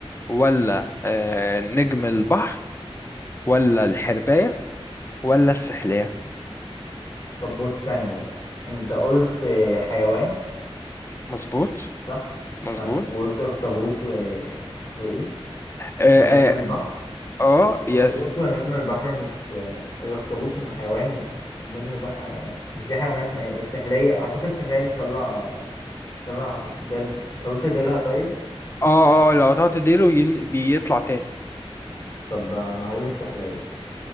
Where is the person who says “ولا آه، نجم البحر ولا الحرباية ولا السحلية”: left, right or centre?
Left